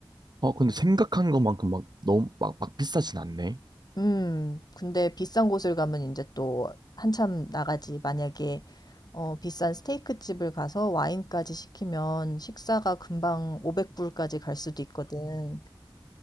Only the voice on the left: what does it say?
음, 근데 비싼 곳을 가면 이제 또 한참 나가지. 만약에 어, 비싼 스테이크 집을 가서 와인까지 시키면 식사가 금방 500불까지 갈 수도 있거든.